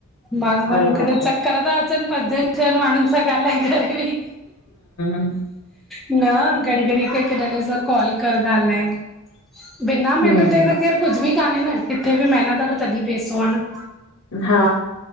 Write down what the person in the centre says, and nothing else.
मां चयो मास
मूंखे
त
चक्कर था अचनि पंज छहनि माण्हुनि सां ॻाल्हाए करे ही
न घड़ी घड़ी करे हिक हिक ॼणे सां कॉल कर ॻाल्हाए बिना मेहनत
त केर कुझ बि कान्हे न किथे बि महिनत अगर तॾहिं पेसो आ न